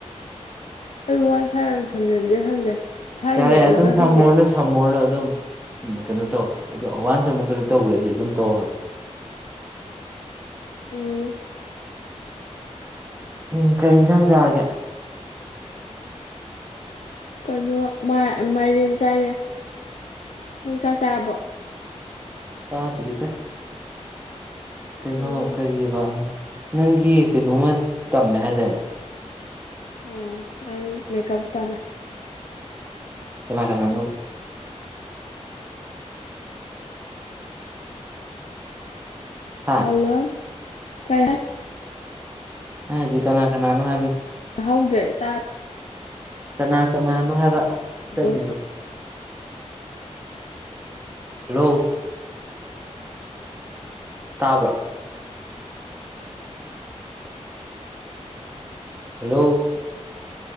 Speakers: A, on the left (about 85°); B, on the right (about 15°).
A: ꯑꯩ ꯋꯥꯢ ꯐꯥꯏ ꯑꯣꯏꯅ ꯁꯝꯖꯟꯁꯤꯔꯥ ꯈꯪꯗꯦ ꯏꯁꯥꯒꯤ
B: ꯌꯥꯔꯦ
A: ꯅꯦꯠ ꯑꯣꯏꯕ꯭ꯔꯥ
B: ꯑꯗꯨꯝ ꯁꯝꯃꯣꯔꯅꯨ
A: ꯈꯪꯗꯦ
B: ꯁꯝꯃꯣꯔꯅꯨ ꯑꯗꯨꯝ ꯀꯩꯅꯣ ꯇꯧ ꯑꯗꯣ ꯋꯥꯟꯁ ꯑꯃꯨꯛ ꯀꯩꯅꯣ ꯇꯧꯒ꯭ꯔꯗꯤ ꯑꯗꯨꯝ ꯇꯧ ꯍꯥꯏꯕ ꯑꯟꯑꯣꯗꯤꯕꯜ
A: ꯎꯝ
B: ꯎꯝ ꯀꯩ ꯏꯟꯁꯥꯡ ꯆꯥꯔꯒꯦ
A: ꯀꯩꯅꯣ ꯃꯥꯏ ꯑ ꯃꯥꯏꯔꯦꯟ ꯆꯥꯏꯌꯦ ꯅꯪ ꯆꯥꯛ ꯆꯥꯔꯕꯣ
B: ꯆꯥꯗ꯭ꯔꯤꯗ ꯀꯩꯅꯣ
A: ꯎꯝ
B: ꯀꯔꯤꯕꯥ ꯑꯝ ꯅꯪꯒꯤ ꯀꯩꯅꯣꯃ ꯇꯝꯃꯦ ꯍꯥꯏꯗꯥꯏꯅꯦ
A: ꯑꯝ ꯑꯩ ꯃꯦꯀꯞ ꯇꯝꯃꯦ
B: ꯀꯅꯥ ꯀꯅꯥꯅꯣ ꯍꯥ
A: ꯍꯜꯂꯣ ꯀ
B: ꯆꯀꯅꯥ ꯀꯅꯣ ꯍꯥꯏ ꯃꯤ
A: ꯍꯧꯗ꯭ꯔꯦ ꯇꯥ
B: ꯀꯅꯥ ꯀꯅꯥꯅꯣ ꯍꯥꯏꯕ ꯆꯠꯂꯤꯗꯣ
A: ꯚꯣꯏꯁꯇꯣ
B: ꯍꯜꯂꯣ ꯇꯥꯕ꯭ꯔꯥ ꯍꯜꯂꯣ